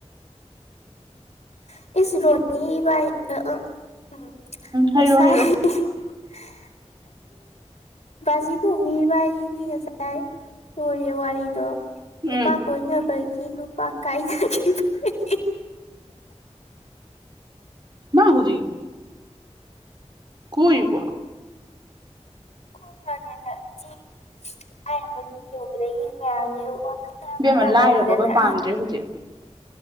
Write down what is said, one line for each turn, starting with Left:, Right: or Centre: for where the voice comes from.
Left: ꯏꯁ ꯔꯣꯅꯤ ꯏ ꯎꯝ
Right: ꯍꯥꯏꯔꯣ ꯍꯥꯏꯔꯣ
Left: ꯉꯁꯥꯏ ꯖꯤ ꯀꯧꯕ ꯏ ꯉꯁꯥꯏ ꯂꯣꯏꯔꯦ ꯋꯥꯔꯤꯗꯣ
Right: ꯎꯝ
Left: ꯅꯨꯄꯥ ꯀꯣꯏꯅꯕꯒꯤ ꯅꯨꯄꯥ ꯀꯥꯏꯅꯈꯤꯕꯒꯤ
Right: ꯃꯥ ꯍꯧꯖꯤꯛ ꯀꯣꯏꯔꯤꯕ
Left: <unintelligible>
Right: ꯏꯕꯦꯝꯃ
Left: ꯇꯧꯅꯔꯦꯗꯅ
Right: ꯂꯥꯏꯔꯕꯒ ꯄꯥꯝꯗ꯭ꯔꯦ ꯍꯧꯖꯤꯛ